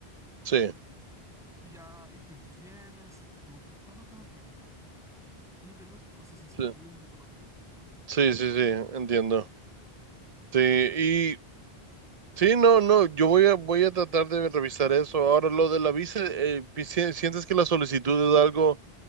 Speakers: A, on the right; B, in the centre.
A: Sí,
B: Y ya, y te- tus bienes, te preguntan cuántas casas tienes o, o ¿sí me entiendes? Cosas así,
A: sí,
B: estudios socioeconómicos.
A: sí, sí, sí, entiendo. Sí, Sí, no, no, yo voy a, voy a tratar de revisar eso. Ahora, lo de la visa, eh, pi- si- ¿sientes que la solicitud es algo